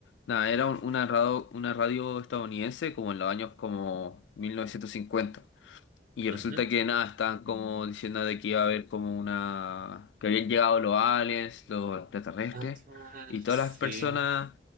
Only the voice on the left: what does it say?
nada, era un- una radio, una radio estadounidense como en los años como 1950. Y
resulta que nada, estaban como diciendo de que iba a haber como una... que habían llegado los aliens, los extraterrestres,
y todas
las personas,